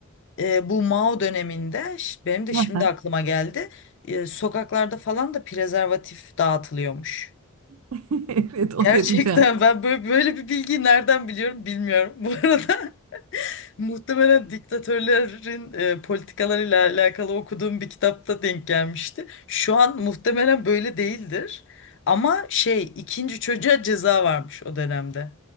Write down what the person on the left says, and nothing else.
e, bu Mao döneminde ş- benim de
şimdi
aklıma geldi. e, sokaklarda falan da prezervatif dağıtılıyormuş.
Gerçekten
ben böyle, böyle bir bilgiyi nereden biliyorum bilmiyorum. Bu arada <laughs> muhtemelen diktatörlerin e, politikalarıyla alakalı okuduğum bir kitapta denk gelmişti. Şu an muhtemelen böyle değildir. Ama şey ikinci çocuğa ceza varmış o dönemde.